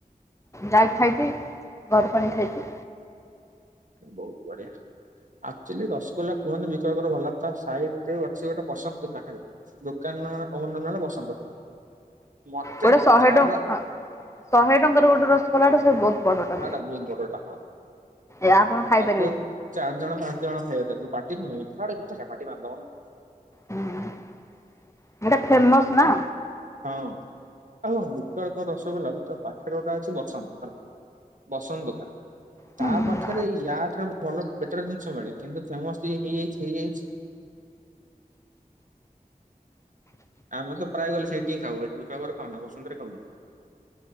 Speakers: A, on the left; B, on the right.
A: ଯାକ୍ ଖାଇଛି ଘରକୁ ଆଣିକି ଖାଇଛି।
B: ବହୁତ୍ ବଢିଆ। ଅକ୍ଚୋଲି ରସଗୋଲା କୁହନ୍ତି ବିକଳଙ୍କର ଭଲ ତା ସାଇଡରେ ଅଛି ଗୋଟେ ବସନ୍ତ ଦୋକାନରେ। ଦୋକାନ ଓନର୍ ନାଁ ହେଲା ବସନ୍ତ। ମତେ
A: ଗୋଟେ ଶହେ
B: ତାର
A: ଟଙ୍କା ଆ ଶହେ ଟଙ୍କାରେ ଗୋଟେ ରସ୍ ଗୋଲା ସେ ବୋହୁତ୍ ବଡ ଟା।
B: ସେଟା ବହୁତ୍ ବଡଟା ହଁ।
A: ଏ ଆପଣ ଖାଇପାରିବେନି।
B: ତାକୁ ଚାରି ଜଣ ପାଞ୍ଚ ଜଣ ଖାଇବେ ତାକୁ ପାଟିକୁ ମିଠା ପାଟି ବାନ୍ଧିଦେବ ନାଁ।
A: ହୁଁ ହେଟା ଫେମସ୍ ନାଁ?
B: ହଁ। ଆଉ ବିକଳଙ୍କ ରସଗୋଲା ତା ପାଖରେ ଗୋଟେ ଅଛି ବସନ୍ତ। ବସନ୍ତ ଦୋକାନ
A: ହୁଁ
B: ତା
A: ହୁଁ
B: ପାଖରେ ୟାଠାରୁ ଭଲ ବେ ବେଟର୍ ଜିନିଷ ମିଳେ କିନ୍ତୁ ଫେମସ୍ ହେଇଯାଇଛି ହେଇଯାଇଛି। ଆମେ ତ ପ୍ରାୟ ଗଲେ ସେଠି ହିଁ ଖାଉ ଏଠି ବିକଳର ଖାଉନା ବସନ୍ତରେ ଖାଉ।